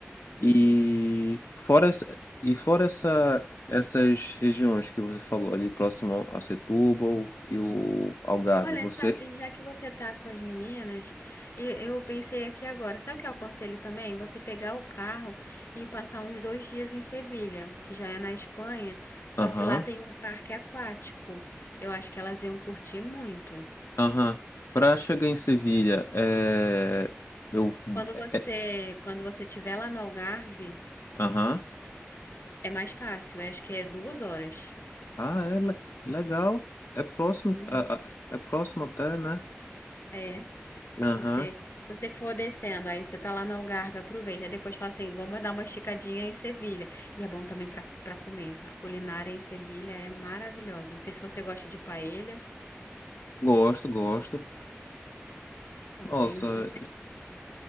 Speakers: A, on the left; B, on the left.
A: E
B: Uhum.
A: fora essa, e fora essa, essas regiões que você falou ali próximo a Setúbal e o Algarve,
B: Olha,
A: você.
B: sabe- já que você tá com as meninas, eu, eu pensei aqui agora, sabe o que eu aconselho também? Você pegar o carro e passar uns dois dias em Sevilha, que já é na Espanha, só
A: Aham.
B: que lá tem um parque aquático. Eu acho que elas iam curtir muito.
A: Aham. Pra chegar em Sevilha, é... eu.
B: Quando você,
A: é- é-
B: quando você estiver lá no Algarve,
A: Aham.
B: é mais fácil, acho que é duas horas.
A: Ah, é le- legal. É próximo,
B: Uhum.
A: a- a- é próximo até, né?
B: É. Se
A: Aham.
B: você, você for descendo, aí você tá lá no Algarve, aproveita. Aí depois fala assim, vamos dar uma esticadinha em Sevilha. E é bom também pra para comer. A culinária em Sevilha é maravilhosa. Não sei se você gosta de paella.
A: Gosto, gosto.
B: Então
A: Nossa,
B: tem um. tem-